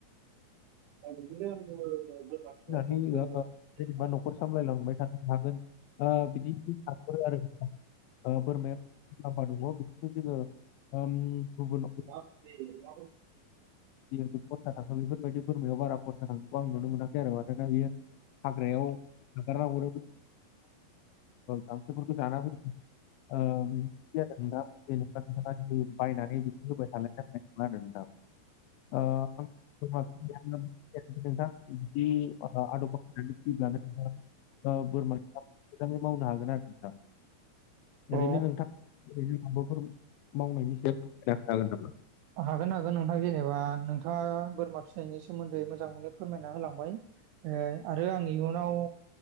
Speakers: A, on the right; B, on the left.
A: बिदिनो जोङो बोरमा फिसिनायखौ।
B: फिनानै ओ जेनेबा न'खर सामलायलांबाय थानो हागोन ओ बिदि सानहरो आरो नोंथां। ओ बोरमाया मुलाम्फा दङ बिदिनो जोङो ओम गुबुन
A: ओ। ओ
B: जिदि खरसा थाङो बेफोरबायदि बेरमायाव बारा खरसा थांनायखौ आं नुनो मोनाखै आरो मानोना बेयो। हाग्रायाव। हागारना हरो गांसोफोरखौ जाना फैयो ओम। बिदि आरो नोंथाङा जेनेबा बायनानै बिदि होबाय थानाय जानाय नंला नदां। ओ। बोरमा नोंथां बिदि आदब बाहायनानै फैब्लानो। बोरमा मोजाङै मावनो हागोन आरो नोंथां। ओरैनो
A: अ
B: नोंथां ओरैनो माबाफोर। मावनायनि सायाव फोरमायना
A: हागोन हागोन नोंथाङा देने। जबा नोंथाङा बोरमा फिसिनायनि सोमोन्दै मोजाङैनो फोरमायना होलांबाय। ओ आरो आं इयुनाव।